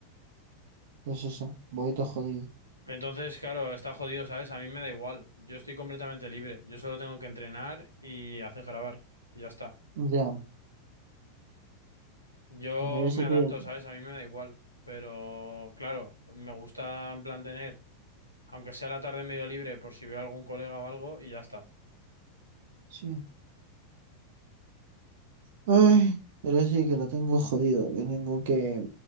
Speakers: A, on the right; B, on the right.
A: pues eso, voy todo jodido.
B: Entonces, claro, está jodido, ¿sabes? A mí me da igual. Yo estoy completamente libre. Yo solo tengo que entrenar y hacer grabar. Y ya está.
A: Ya,
B: Yo
A: pero eso
B: me adapto,
A: tiene,
B: ¿sabes? A mí me da igual. Pero, claro, me gusta en plan tener, aunque sea la tarde medio libre, por si veo a algún colega o algo, y ya está.
A: sí. Ay, pero sí que lo tengo jodido, que tengo que...